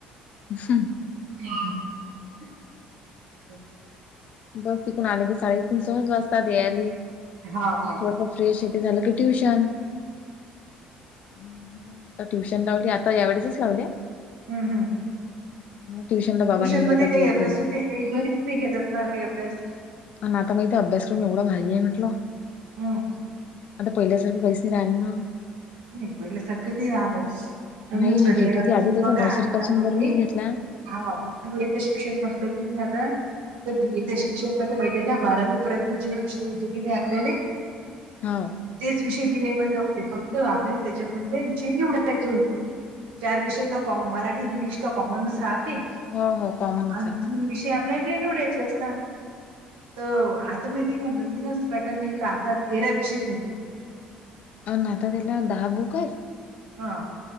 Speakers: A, on the left; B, on the right.
A: हम्म
B: <unintelligible>
A: बस ती कोण आले की साडे तीन सहज वाज यायलेय
B: हा हा.
A: थोडस फ्रेश हे ते झालं की ट्युशन आता ट्युशन लावली आता यावेेळेसच लावले.
B: हम्म हम्म
A: ट्युशनला बाबा
B: ट्युशन
A: नेऊन
B: मध्ये
A: देतात फिअर
B: काही अभ्यास
A: खेडला
B: होते काही घरी तुम्ही घेत असणार काही अभ्यास?
A: आणि आता माहित हाय अभ्यासक्रम एवढा भारी आहे म्हंटल.
B: हम्म.
A: आता पहिल्यासारखं काहिच नाही राहिल ना.
B: नाही पहिले सारख नाही रहाय लागणे. नवीन
A: नाही मी
B: स्टडी
A: घेत
B: आहे
A: होती
B: तुम्ही
A: आधी त्याचा
B: बघा
A: नर्सरी
B: आता
A: पासून
B: पहिले
A: बर मीच घेतला
B: हा बीएचं शिक्षण म्हटलं की म आता तर बीएच्या
A: हो
B: शिक्षणमध्ये माहितेय का बारावी पर्यंत जे विषय होते की नाही आपल्याला
A: हो
B: तेच विषय बी ए मध्ये होते फक्त आपल्याला त्याच्यामध्ये विषय निवडायचे होते चार विषय तर कॉम मराठी इंग्लिश तर कॉमनच राहते.
A: हो हो कॉमनच
B: आणखीन
A: आहे
B: विषय आपल्याने निवडायचे असतात तर आता माहिती का नवीनच पॅटर्न निघला आता तेरा विषय हायत
A: अ आता त्याला दहा बुकं
B: हा